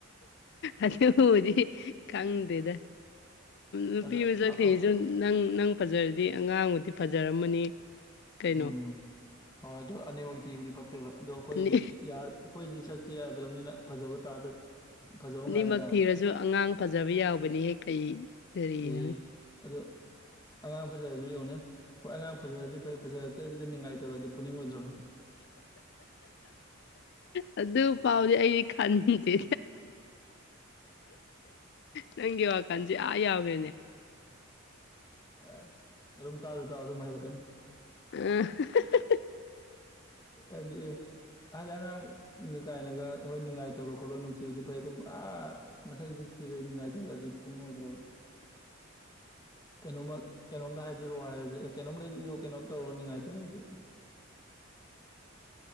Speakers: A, on the left; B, on the left.
A: ꯑꯗ ꯍꯗꯤ ꯈꯪꯗꯦꯗ ꯅꯨꯄꯤ
B: ꯑꯗ
A: ꯑꯃ ꯆꯠꯇꯁꯨ
B: ꯑ ꯑꯝ
A: ꯅꯪ ꯅꯪ ꯐꯖꯔꯗꯤ ꯑꯉꯥꯡꯕꯨꯗꯤ ꯐꯖꯔꯝꯃꯅꯤ ꯀꯩꯅꯣ
B: ꯎꯝ ꯍꯣꯏ ꯑꯗꯨꯣ ꯑꯅꯤꯃꯛ ꯊꯤꯕꯗꯤ ꯐꯠꯇꯦꯕ ꯑꯗꯣ ꯑꯩꯈꯣꯏꯗꯤ
A: ꯑꯅꯤ
B: ꯑꯩꯈꯣꯏꯗꯤ ꯛꯇꯤ ꯌꯥꯗ꯭ꯔꯕꯅꯤꯅ ꯐꯖꯕ ꯇꯥꯗ ꯐꯖꯕ
A: ꯑꯅꯤꯃꯛ
B: ꯉꯥꯏꯗ ꯌꯥꯔꯣꯏ
A: ꯊꯤꯔꯁꯨ ꯑꯉꯥꯡ ꯐꯖꯕ ꯌꯥꯎꯕꯅꯤꯍꯦꯛ ꯀꯩ ꯀꯔꯤꯅꯣ
B: ꯑꯦ ꯑꯗꯣ ꯑꯉꯥꯡ ꯐꯖꯔꯁꯨ ꯌꯧꯅꯦ ꯍꯣꯏ ꯑꯉꯥꯡ ꯐꯖꯔꯗꯤ ꯐꯩ ꯐꯖꯔꯛꯇꯕꯤꯗ ꯉꯥꯏ ꯇꯧꯔꯗꯤ ꯄꯨꯅꯤꯡꯉꯣꯏꯗ꯭ꯔꯣ
A: l ꯑꯗꯨ ꯐꯥꯎꯗꯤ ꯑꯩꯗꯤ ꯈꯟꯗꯦ ꯅꯪꯒꯤ ꯋꯥꯈꯜꯁꯦ ꯑꯥ ꯌꯥꯎꯈ꯭ꯔꯦꯅꯦ
B: ꯑꯦ ꯑꯗꯨꯝ ꯇꯥꯁꯨ ꯇꯥꯎ ꯑꯗꯨꯝ ꯍꯩꯔꯛꯀꯅꯤ
A: ꯎ
B: ꯑꯗꯨꯗꯤ ꯍꯥꯏꯗꯤ ꯑꯉꯥꯡꯒꯤ ꯀꯥꯏꯅꯒ ꯍꯣꯏ ꯅꯨꯡꯉꯥꯏ ꯇꯧꯔꯣ ꯈꯣꯠꯂꯣ ꯅꯨꯡꯁꯤꯕꯗꯤ ꯐꯩ ꯑꯗꯨꯝ ꯑꯥ ꯃꯊ ꯊꯤꯈꯦ ꯅꯨꯡꯉꯥꯏꯇꯧꯔꯗꯤ ꯄꯨꯅꯤꯡ ꯑꯣꯏꯗ꯭ꯔꯕ ꯀꯩꯅꯣꯃꯛ ꯀꯩꯅꯣꯝꯇ ꯍꯥꯏꯕꯤꯔꯛꯑꯣ ꯍꯥꯏꯔꯁꯨ ꯑꯦ ꯀꯩꯅꯣꯝ ꯂꯩꯕꯤꯌꯣ ꯀꯩꯅꯣꯝ ꯇꯧꯔꯣ ꯅꯤꯡꯉꯥꯏꯇꯔꯣꯁꯨ